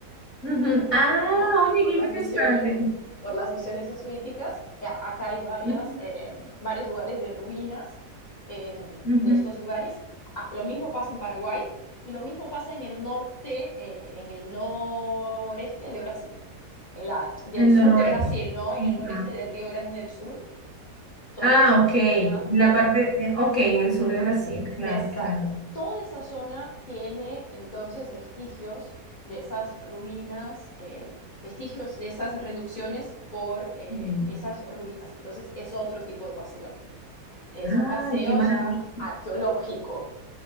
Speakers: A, on the left; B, on the left.
A: Ujú.
B: Justamente,
A: Ah,
B: ¿no?
A: oye,
B: Por
A: qué
B: las
A: interesante.
B: misiones, por las misiones jesuíticas. A- Acá hay varias,
A: Ujú.
B: eh, varios lugares de ruinas eh,
A: Ujú.
B: de estos lugares. Ah, lo mismo pasa en Paraguay y lo mismo pasa en el norte, eh, en el noreste de Brasil, en la, del
A: En
B: sur
A: Dolores.
B: de Brasil, ¿no? En
A: Ujú.
B: el noreste de Río Grande del Sur, toda
A: Ah,
B: esa
A: ok.
B: zona
A: La parte, eh, ok, en el sur de Brasil, claro,
B: Exacto.
A: claro.
B: Toda esa zona tiene entonces vestigios de esas ruinas, eh, vestigios de esas reducciones por eh,
A: Mm.
B: esas ruinas. Entonces es otro tipo de paseo. Es
A: Ay,
B: un paseo
A: qué maravilla.
B: ya arqueológico,